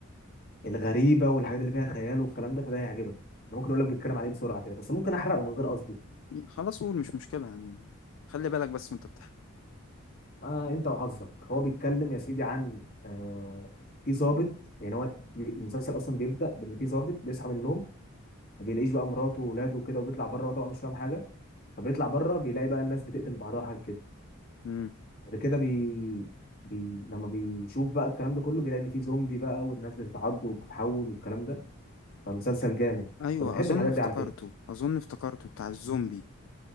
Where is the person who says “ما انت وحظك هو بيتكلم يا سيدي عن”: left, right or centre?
Left